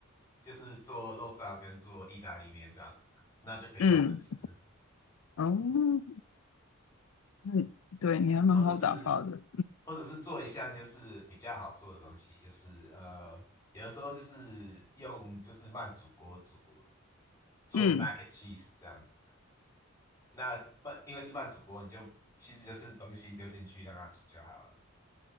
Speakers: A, on the left; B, on the left.
A: 就是做肉燥跟做意大利面这样子，那就可以换着吃。
B: 嗯，哦，嗯，对，你还蛮好打发的，
A: 或者是或者是做一项就是比较好做的东西，就是呃，有的时候就是用就是慢煮锅煮做
B: 嗯。
A: mac and cheese 这样子。那慢因为是慢煮锅，你就其实就是东西丢进去让它煮就好了。